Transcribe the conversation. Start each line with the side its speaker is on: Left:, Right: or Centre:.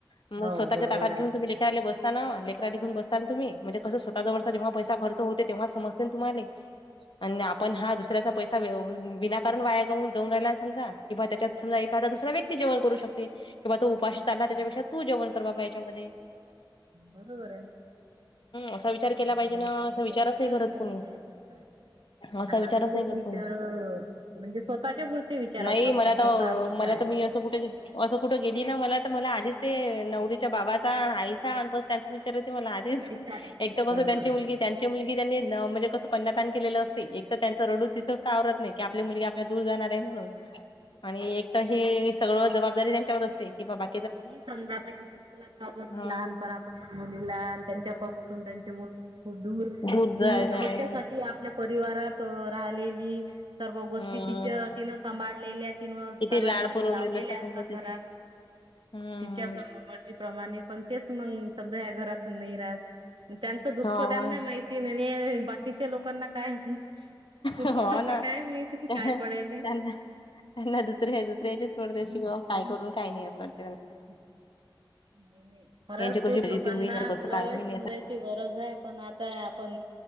Left: मग
Right: हो
Left: स्वतःच्या
Right: बरोबर
Left: ताटात
Right: आहे.
Left: घेऊ तुम्ही लेकराला बसता ना लेकरा घेऊ बसताना तुम्ही म्हणजे स्वतः जवळचा जेव्हा पैसा खर्च होते तेव्हा समजते ना तुम्हाला आपण हा दुसऱ्या पै विनाकारण वाया गाऊन जाऊन राहिला, समजा कि बूवा त्याच्या
Right: तसंच
Left: समजा
Right: आहे
Left: एखादा दुसरा व्यक्ती जेवण करू शकते.
Right: खूप
Left: किंवा
Right: सारखी
Left: तो उपाशी
Right: लोक
Left: चालला
Right: आहे
Left: त्याच्यापेक्षा तू जेवण कर ह्याच्या मध्ये.
Right: बरोबर आहे.
Left: असा विचार केला
Right: बरोबर
Left: पाहिजे ना असा
Right: असे
Left: विचारच
Right: विचार
Left: करत
Right: नाही
Left: कोणी
Right: आहे आता
Left: असा
Right: आता
Left: विचारच
Right: खूप
Left: नाही करत
Right: विचार
Left: कोणी
Right: म्हणजे स्वतःच्या पुरती विचार
Left: नाही
Right: आहेत फक्त.
Left: मला
Right: स्वतः
Left: तर मला
Right: काय.
Left: तर मी असं कुठे असं कुठं गेली ना मला तर मला आधीच ते नवरीच्या बाबाचा आणि आईचा आणि त्यांचा विचार ते मला आ
Right: विचार येते
Left: एकदा
Right: बरोबर
Left: कसं त्यांची
Right: आहे.
Left: मुलगी, त्यांची मुलगी त्यांनी म्हणजे कसं कन्या केलेलं असते एक तर त्यांचा रडू तिथच आवरत नाही. की आपली मुलगी आपल्या दूर जाणार आहे म्हणून आणि एक तर हे सगळं जबाबदारी त्यांच्यावर असते. की बाबा
Right: कोणी समजा आता किती फुलात वागवते.
Left: हा
Right: लहानपणापासून मुलीला अन त्यांच्यापासून त्यांचे मूल खूप दूर,
Left: दूध
Right: ती
Left: जाणार
Right: रोजच्यासारखे
Left: आहे
Right: ती आपल्या परिवारात राहिलेली. सर्व गोष्टी
Left: हम्म
Right: तिचं तिनं सांभाळलेल्या तिनं
Left: किती
Right: श्रेयगोष्टी
Left: लाड पुरवलेलं
Right: लावलेल्या
Left: असतं समजा
Right: असतात
Left: त्याच
Right: घरात.
Left: हम्म
Right: तिच्या मर्जीप्रमाणे पण तेच मग समजा या घरात नाही राहत. त्यांचं दुःख
Left: हो
Right: त्यांना माहितीन. बाकीच्या लोकांना काय? पप्पडते
Left: हो ना
Right: काय माहिती की
Left: त्यांना
Right: काय पडेले.
Left: त्यांना दुसर्या दुसऱ्याचीच पडते की बाबा काय करून काही नाही अस वाटतते त्यांना.
Right: <unintelligible> खरंच
Left: यांची कशी
Right: खूप
Left: फजिती
Right: लोकांना
Left: होईन कसं
Right: लय
Left: काय होईन
Right: समजायची गरज आहे पण आता पण